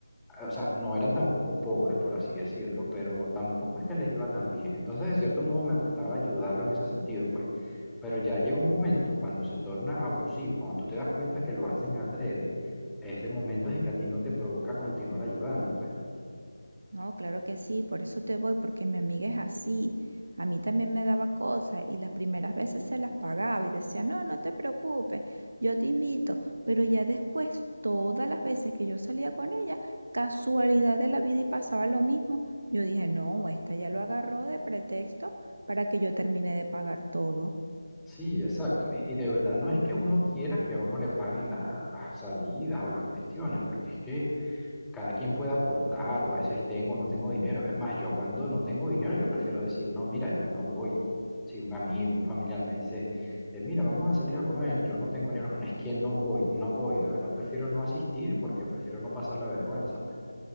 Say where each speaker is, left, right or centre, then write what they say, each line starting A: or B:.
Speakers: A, in the centre; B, on the right (about 55°).
A: o sea, no eran tampoco pobres, por así decirlo, pero tampoco es que les iba tan bien. Entonces, de cierto modo, me gustaba ayudarlo en ese sentido, pues. Pero ya llega un momento cuando se torna abusivo, cuando tú te das cuenta que lo hacen adrede, ese momento es el que a ti no te provoca continuar ayudando, pues.
B: No, claro que sí, por eso te voy, porque mi amiga es así. A mí también me daba cosas y las primeras veces se las pagaba y decía, no, no te preocupes, yo te invito. Pero ya después, todas las veces que yo salía con ella, casualidad de la vida y pasaba lo mismo, yo dije, no, esta ya lo agarró de pretexto para que yo termine de pagar todo.
A: Sí, exacto. Y, y de verdad no es que uno quiera que a uno le paguen la- las salidas o las cuestiones, porque es que cada quien puede aportar o a veces tengo o no tengo dinero. Es más, yo cuando no tengo dinero, yo prefiero decir, no, mira, yo no voy. Si un amigo, un familiar me dice, "Eh, mira, vamos a salir a comer, yo no tengo dinero, no es que no voy, no voy, de verdad prefiero no asistir porque prefiero no pasar la vergüenza, pues.